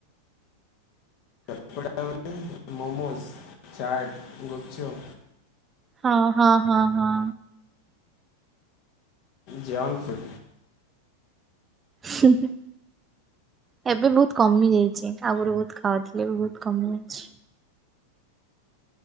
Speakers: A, on the left (about 45°); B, on the right (about 20°).
A: ଚଟପଟା ହଉଚି ମୋମୋସ୍ ଚାଟ ଗୁପଚୁପ।
B: ହଁ ହଁ ହଁ ହଁ।
A: ଜାନ୍ତୁ
B: ହୁଁ। ଏବେ ବହୁତ କମି ଯାଇଛି ଆଗରୁ ବହୁତ ଖାଉଥିଲେ ବି ବହୁତ କମି ଯାଇଛି।